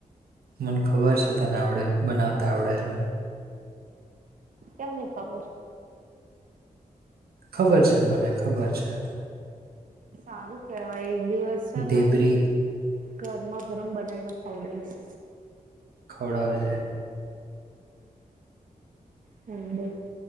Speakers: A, on the right; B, on the right.
A: મને ખબર છે તને આવડે બનાવતા આવડે છે
B: કેમનેની ખબર
A: ખબર છે મને ખબર છે
B: સારું કેવાય એક દિવસ છે
A: ઢેબરી
B: ને ગરમા ગરમ બનાવને ખવડાાય છે
A: ખવડાવજ
B: હમ બ